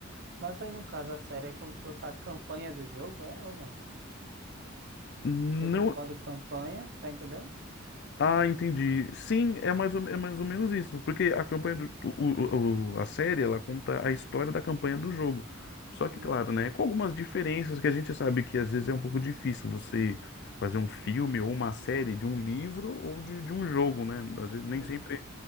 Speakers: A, on the right (about 55°); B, on the left (about 55°).
A: mas aí, no caso, a série é como se fosse a campanha do jogo, é ou não?
B: Não
A: Jogo no modo campanha, tá entendendo?
B: Ah, entendi. Sim, é mais ou, é mais ou menos isso, porque a campanha
A: Entendi.
B: do, o, o- o- a série, ela conta a história da campanha do jogo. Só que,
A: Hum,
B: claro, né, com algumas diferenças que a gente sabe que às vezes é um pouco difícil você fazer um filme ou uma série de um livro ou de, de um jogo, né? Às vezes nem
A: uhum,
B: sempre